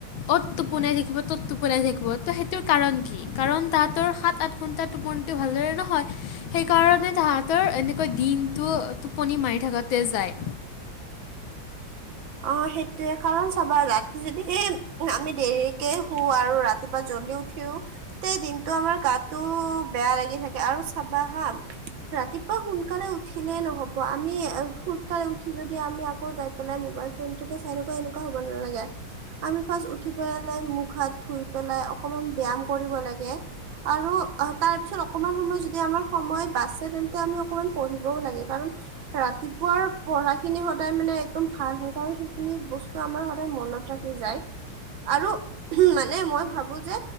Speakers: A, on the left (about 80°); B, on the right (about 75°).
A: অ'ত টোপোনাই থাকিব ত'ত টোপোনাই থাকিব ত সেইটোৰ কাৰণ কি কাৰণ তাহাতৰ সাত - আঠ ঘন্টা টোপনিটো ভালদৰে নহয়। সেইকাৰণে তাহা তৰ এনেকৈ দিনটো টোপনি মাৰি থাকোতে যায়
B: অ সেইটোয়ে কাৰণ চাবা ৰাতি যদি সেই আমি দেৰিকে শু আৰু ৰাতিপুৱা জ্বলিও উঠিও তেই দিনটো আমাৰ গা'তো বেয়া লাগি থাকে আৰু চাবা হা ৰাতিপুৱা সোনকালে উঠিলে নহব আমি সোনকালে উঠি যদি আমি আকৌ যাই পেলাই মোবাইল ফোনটোকে চাই থকা এনকা হ'ব নালাগে। আমি ফাচ উঠি পেলায় মোখ- হা'ত ধুই পেলাই অ'কমান ব্যায়াম কৰিব লাগে আৰু তাৰপিছত অকমান সময় যদি আমাৰ সময় বাছে তে ন্তে আমি অকমান পঢ়িবও লাগে কাৰণ ৰাতিপুৱাৰ পঢ়াখিনি সদায় মানে একদম ভাল হয়। বা সেইখিনি বস্তু আমাৰ সদায় মনত ৰাখি যায়। আৰু মানে মই ভাবো যে